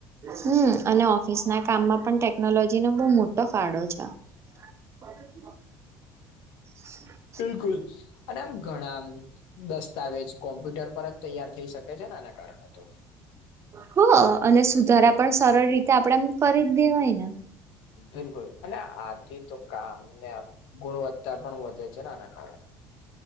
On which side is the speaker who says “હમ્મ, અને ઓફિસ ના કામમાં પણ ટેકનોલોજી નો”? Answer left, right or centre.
Right